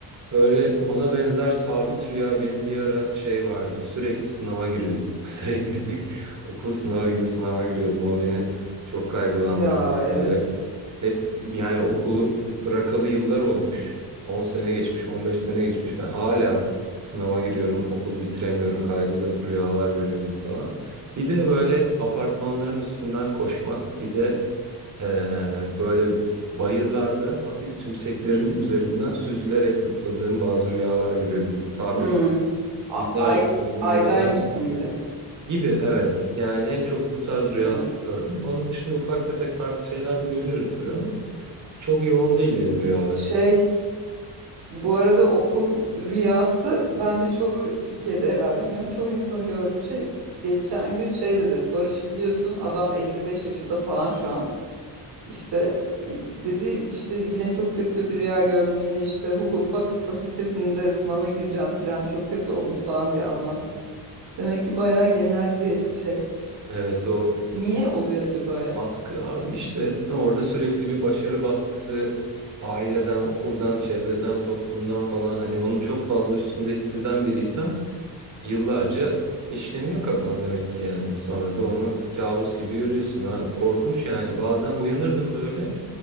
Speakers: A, on the right; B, on the right.
A: Böyle ona benzer sabit rüya benim bir ara şey vardı. Sürekli sınava giriyordum. <laughs> Sürekli bir okul sınavı gibi sınava giriyordum. O beni çok kaygılandırıyordu
B: Ya evet.
A: böyle. Hep yani okulu bırakalı yıllar olmuş. on sene geçmiş, 15 sene geçmiş. Ben hala sınava giriyorum, okulu bitiremiyorum, kaygılı rüyalar görüyordum falan. Bir de böyle apartmanların üstünden koşmak, bir de eee, böyle bayırlarda hafif tümseklerin üzerinden süzülerek zıpladığım bazı rüyalar görüyordum. Sabit
B: Hmm. A-
A: yıllarca
B: ay
A: gördüğüm
B: aydaymışsın
A: rüyalar bunlar.
B: gibi.
A: Gibi evet. Yani en çok bu tarz rüyaları
B: Ha.
A: gördüm. Onun dışında ufak tefek farklı şeyler de görüyorum tabii ama. Çok yoğun değil benim rüyalar.
B: Şey Bu arada okul rüyası bence çoğu Türkiye'de herhalde bilmiyorum çoğu insanın gördüğüm şey geçen gün şey dedi Barış'ı biliyorsun adam 55 yaşında falan şu an işte i- dedi işte yine çok kötü bir rüya gördüm yine işte hukuk fas- fakültesinde sınava gireceğim falan çok kötü oldu falan diye anlattı. Demek ki bayağı genel bir şey.
A: Evet o
B: Niye oluyor acaba ya?
A: baskı abi işte orada sürekli bir başarı baskısı aileden, okuldan, çevreden, toplumdan falan hani onu çok fazla üstünde hisseden biriysen yıllarca işleniyor kafana demek ki yani. Sonra da onu kabus gibi görüyorsun. Ha, korkunç yani bazen uyanırdım böyle